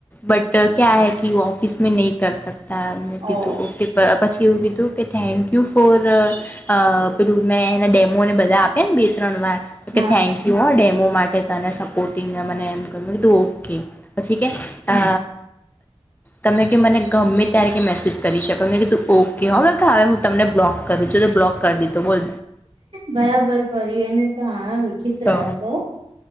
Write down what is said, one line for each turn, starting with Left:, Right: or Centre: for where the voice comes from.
Left: બટ ક્યા હૈ કે વો ઓફિસ મે નહી કર શકતા મેં કીધું
Right: ઓ
Left: ઓકે પછી એવું કીધું કે થેન્કયુ ફોર અ પેલું મેં એના ડેમોને બધા આપ્યા ને બે ત્રણ વાર તોકે
Right: હા
Left: થેન્ક યુ હો ડેમો માટે તને સપોર્ટિંગને મને એમ કહ્યું મેં કીધું ઓકે. પછી કે અ તમે કે મને ગમે ત્યારે કે મેસેજ કરી શકો મેં કીધું ઓકે હો બકા હવે હું તમને બ્લોક કરું છું બ્લોક કરી દીધો બોલ.
Right: બરાબર કર્યું એને તો હાવ વિચિત્ર
Left: તો
Right: હતો.